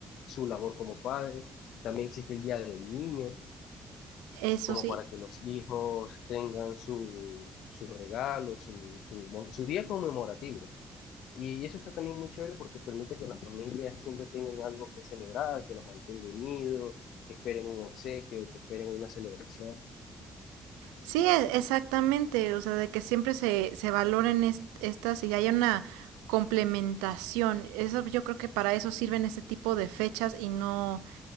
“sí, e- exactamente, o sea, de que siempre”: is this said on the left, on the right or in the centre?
Right